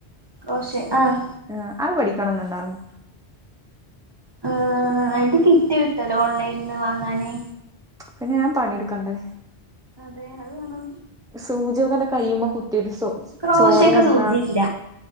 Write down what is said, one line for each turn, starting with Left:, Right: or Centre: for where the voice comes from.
Right: ക്രോഷേ ആഹ്
Centre: ആ അത് പഠിക്കണന്നുണ്ടായിരുന്നോ?
Right: ആ അത് കിട്ടിട്ടോ ഓൺലൈനിൽ നിന്ന് വാങ്ങാനേ.
Centre: പിന്നെ ഞാൻ പണിടുക്കണ്ടേ?.
Right: അതെ അത് വേണം.
Centre: സൂചോക്കന്റെ കയുമേ കുത്തിയിട്ട് ചോ
Right: ക്രോശക്ക്
Centre: ചോര വന്നാ
Right: സൂചിയില്ല